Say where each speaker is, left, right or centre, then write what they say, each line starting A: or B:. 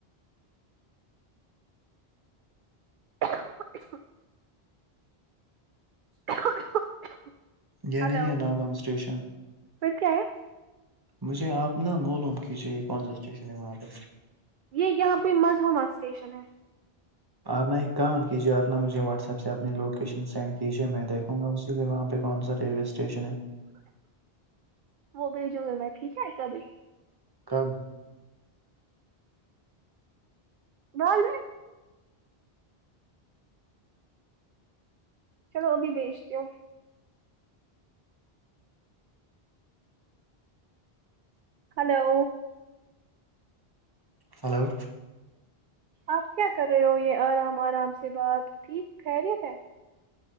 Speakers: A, on the right; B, on the right.
A: <unintelligible> <unintelligible>
B: یہ
A: ہلو
B: نہیں ہے ناگؤں اسٹیشن
A: پھر کیا ہے
B: مجھے آپ نا معلوم کیجیے یہ کون سا اسٹیشن ہے وہاں پہ
A: یہ یہاں پہ مظوما اسٹیشن ہے
B: آپ نا ایک کام کیجیے آپ نے مجھے واٹس ایپ سے اپنی لوکیشن سینڈ کیجیے میں دیکھوں گا اسی پہ وہاں پہ کون سا ریلوے اسٹیشن ہے
A: وہ بھیجو گے میں ٹھیک ہے کبھی
B: کب
A: بعد میں چلو ابھی بھیجتی ہو ہلو
B: ہلو
A: آپ کیا کر رہے ہو یہ آرام آرام سے بات ٹھیک خیریت ہے